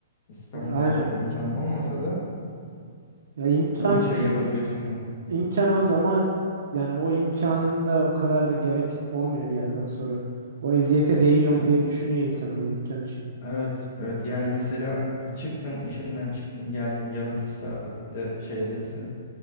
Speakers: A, on the left (about 35°); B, on the right (about 70°).
A: İstanbul
B: E, Aynen.
A: kadar bir imkanın olmasa da
B: Ya imkan
A: ama şey yapabiliyorsun ya.
B: imkan az ama yani o imkanın da o kadar da gerek olmuyor bir yerden sonra. O eziyete değiyor
A: E,
B: mu diye düşünüyor insan o imkan için.
A: Evet, evet. Yani mesela ya çıktın işinden çıktın geldin yarım saatte şeydesin.